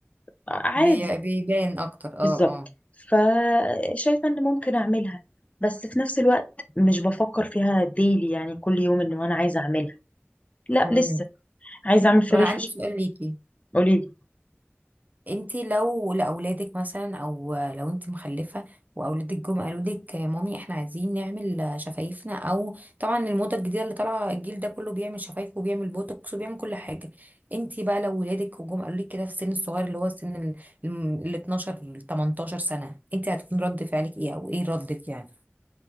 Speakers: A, on the left; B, on the right.
A: عادي
B: بي- بيبان اكتر اه
A: بالظبط
B: اه
A: فشايفه ان ممكن اعملها بس في نفس الوقت مش بفكر فيها ديلي يعني كل يوم ان انا عايزه اعملها لا
B: امم
A: لسه عايزه اعمل فيلر
B: طب انا
A: في
B: عندي سؤال ليكي
A: قولي لي
B: انتي لو لاولادك مثلا او لو انتي مخلفه واولادك جم قالوا لك يا مامي احنا عايزين نعمل شفايفنا او طبعا الموضه الجديده اللي طالعه الجيل ده كله بيعمل شفايف وبيعمل بوتوكس وبيعمل كل حاجه انتي بقى لو ولادك وجم قالوا لك كده في السن الصغير اللي هو السن ال ال- 12 ل 18 سنه انتي هتكون رد فعلك ايه او ايه ردك يعني